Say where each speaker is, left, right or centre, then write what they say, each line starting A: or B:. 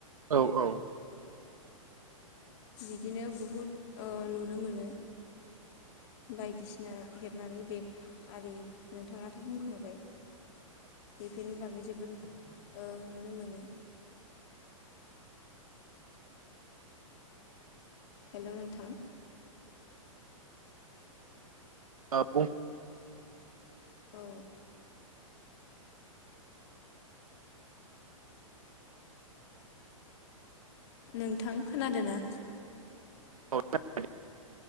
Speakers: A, on the right; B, on the left.
A: औ औ
B: बिदिनो बहुद ओ नुनो मोनो बायदिसिना हेबनानै बेग आरि नोंथाङाथ बुंखांबाय बेफोरनि बागै जोबोद ओ नुनो मोनो हेलौ नोंथां
A: आ बुं
B: औ नोंथां खोनादोना
A: औ <inaudible>